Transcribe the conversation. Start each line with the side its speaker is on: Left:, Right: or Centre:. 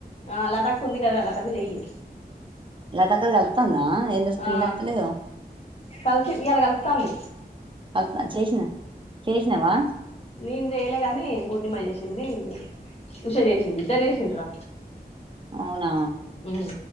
Left: అ లతక్కా ఉంది కదా రా లత కు చెయ్యి
Right: లత ది కల్తాందా ఏదొ స్కీన్త్త
Left: ఆ
Right: లేదేమో
Left: కలిసి ఇయాలా కలుతాంది
Right: కల్తాంది చేసిన చేసినవా
Left: నేను చేయలే గాని పూర్ణిమ చేసింది ఉష చేసింది ఇద్దరి చేసిండ్రా
Right: అవునా
Left: ఉమ్